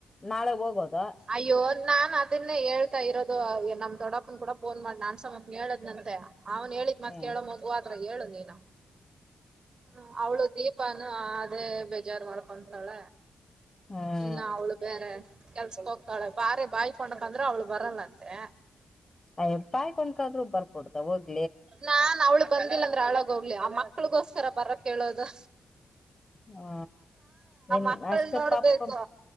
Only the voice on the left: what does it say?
ನಾಳೆ ಹೋಗೋದ
ಹ್ಮ್
ಹ್ಮ್
ಅಯ್ ಪಾಯ್ ಕೊಂಡ್ಕಾದ್ರು ಬರ್ಕ ಕೊಡ್ತ ಹೋಗಿ
ಹ್ಮ ಇನ್
ಅಷ್ಟೇ
ಪಪ